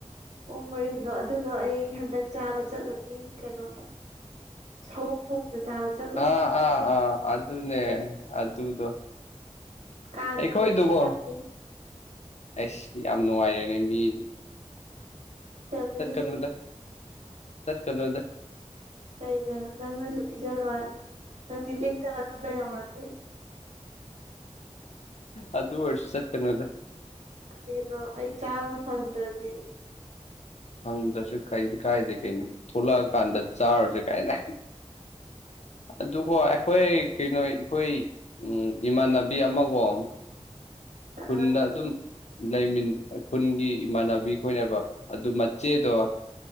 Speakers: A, on the right (about 70°); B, on the left (about 65°).
A: ꯄꯣꯡ ꯃꯔꯤꯟꯗꯣ ꯑꯗꯨꯗꯣ ꯑꯩ ꯍꯟꯗꯛ ꯆꯥꯕ ꯆꯠꯂꯨꯅꯤ ꯀꯩꯅꯣꯗ ꯁꯣꯝꯕꯣꯡꯗ ꯆꯥꯕ ꯆꯠꯂꯨꯁꯦ
B: ꯑꯥ
A: ꯍꯥꯏꯅꯩ
B: ꯑꯥ ꯑꯥ ꯑꯗꯨꯅꯦ ꯑꯗꯨꯗꯣ
A: ꯀꯥꯡ
B: ꯑꯩꯈꯣꯏꯗꯨꯀꯣ
A: ꯅꯨꯃꯤꯠꯇ ꯆꯠꯅꯤ
B: ꯑꯩꯁ ꯌꯥꯝ ꯅꯨꯡꯉꯥꯏꯔꯦꯅꯦ ꯃꯤꯗꯤ
A: ꯐꯦꯃꯤꯂꯤꯅꯦ
B: ꯆꯠꯀꯅꯨꯗ ꯆꯠꯀꯅꯨꯗ
A: ꯀꯩꯒꯤ ꯅꯪꯅꯁꯨ ꯄꯤꯖꯔꯣꯏ ꯅꯪꯗꯤ ꯂꯤꯛꯇꯅ ꯑꯗꯨꯝ ꯂꯩꯍꯧꯔꯅꯤ
B: ꯑꯗꯨ ꯑꯣꯏꯔꯁꯨ ꯆꯠꯀꯅꯨꯗ
A: ꯑꯩꯗꯣ ꯑꯩ ꯆꯥꯕ ꯐꯪꯗ꯭ꯔꯗꯤ
B: ꯐꯪꯗ꯭ꯔꯁꯨ ꯀꯥꯏꯗꯦ ꯀꯩꯅꯣ ꯊꯣꯛꯂꯛꯑꯀꯥꯟꯗ ꯆꯥꯔꯁꯦ ꯀꯥꯏꯅ ꯑꯗꯨꯒ ꯑꯩꯈꯣꯏ ꯀꯩꯅꯣ ꯑꯩꯈꯣꯏ ꯎꯝ ꯏꯃꯥꯟꯅꯕꯤ ꯑꯃ ꯀꯣ ꯈꯨꯟꯗ
A: ꯑ
B: ꯑꯗꯨꯝ ꯂꯩꯃꯤꯟ ꯈꯨꯟꯒꯤ ꯏꯃꯥꯟꯅꯕꯤ ꯈꯣꯏꯅꯦꯕ ꯑꯗꯨ ꯃꯆꯦꯗꯣ